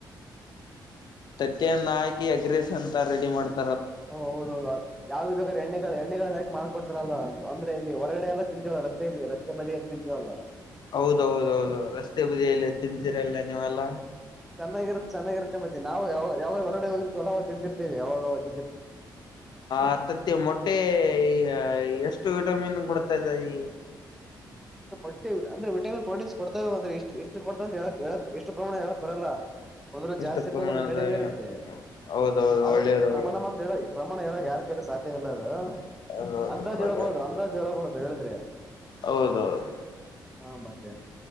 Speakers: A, on the left (about 60°); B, in the centre.
A: ತಟ್ಟಿಯನ್ನ ಹಾಕಿ ಅಗ್ರೆಸ್ ಅಂತ ರೆಡಿ ಮಾಡ್ತ
B: ಓ ಹೌದ ಹೌದು ಯಾವ್ದು ಬೇಕಾದಾರೆ ಎಣ್ಣೆಗಳು ಮಾಕ ಮಾಡ್ಕೊಡ್ತಾರಲ್ಲ ಅಂದ್ರೆಲ್ಲಿ ಹೊರಗಡೆ ಎಲ್ಲ ತಿಂತೀವಲ್ಲ ರಸ್ತೆಯಲ್ಲಿ ರಸ್ತೆ ನದಿಯ ಎಲ್ಲಿ ತಿಂತೇವಲ್ಲ
A: ಹೌದೌದೌದು ರಸ್ತೆ ಬರಿ ಎಲ್ಲ ತಿಂತೀರಲ್ಲ ನೀವೆಲ್ಲ
B: ಚೆನ್ನಾಗಿರುತ್ತ ಚನ್ನಾಗಿತ್ತೆ ಮತ್ತ ನಾವುಾವ ಹೊಡೆ ಹೋದಿತಿ ಚಲವು ತಿಂತಿರ್ತೀ ಯಾಗ
A: ಹತ್ತತ್ತು ಮೊಟ್ಟೆ ಈ ಎಷ್ಟು ವಿಟಮಿನ್ ಕೊಡ್ತಾ ಇದದೆ ಈ
B: ಕೊಟ್ಟೆ ಅಂದ್ರೆ ವಿಟಾಮಿನ್ ಪ್ರೋಟೀನ್ ಕೊಡ್ತಾವವೆ ಅ್ರ ಇಷ್ಟ ಎಷ್ಟ ಕೊಡ್ತಾವಂತ ಹೇಳ ಎಷ್ಟು ಪ್ರಮಾಣ ಹೇಳಕ್ ಬರಲ್ಲ ಒಂದಲ್ಲ ಜಾಸ್ತಿ
A: ಎಷ್ಟು
B: ಇರುತ್ತೆ
A: ಪ್ರಮಾಣದಲ್ಲಿ
B: ಒಂದ್ರಲ್ಲಿ ಕಡಿಮೆ ಇರುತ್ತೆ
A: ಹೌದೌದು
B: ಆದ್ರ
A: ಒಳ್ಳೇದು
B: ಪ್ರಮಾಣ
A: ಒಳ್ಳೆ
B: ಮಾತ್ರ ಹೇಳ ಪ್ರಮಾಣ ಹೇಳ ಯಾರ ಕಲ್ಲ ಸಾ ಇಲ್ಲ ಅದ
A: ಹೌದೌದು
B: ಅಂದಾಜ್
A: ಒಳ್ಳೇದು
B: ಹೇಳಳ್ಬಹುದು ಅಂದಾಜ್ ಹೇಳ ಹೇಳಬಹುದು ಹೇಳಿದ್ರಿ
A: ಹೌದೌದು
B: ಹ ಮತ್ತೆ